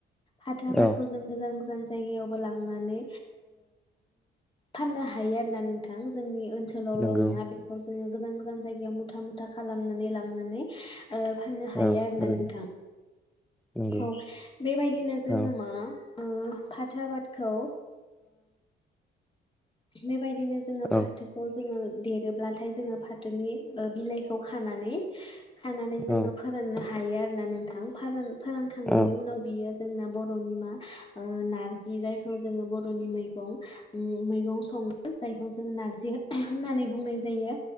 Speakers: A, on the left (about 25°); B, in the centre.
A: हाथो आबादखौ
B: औ
A: जों गोजान गोजान जायगायावबो लांनानै फाननो हायो आरोना नोंथां जोंनि ओनसोलावल'
B: नंगौ
A: नङा बेखौ जोङो गोजान गोजान जानायाव मुथा मुथा खालामनानै लांनानै फाननो हायो
B: औ
A: आरोना
B: थारैनो
A: नोंथां
B: नंगौ
A: औ बेबायदिनो जोङो
B: औ
A: मा फाथो आबादखौ बि बेबायदिनो जोङो फाथोखौ
B: औ
A: जोङो देरोब्लाथाय जोङो फाथोनि बिलाइखौ खानानै खानानै जोङो
B: औ
A: फोराननो हायो आरोना नोंथां फार फोरानखांनायनि
B: औ
A: उनाव बियो जों बर मा नार्जि जायखौ बरनि मैगं संनो जायखौ जों जों नार्जि होननानै बुंनाय जायो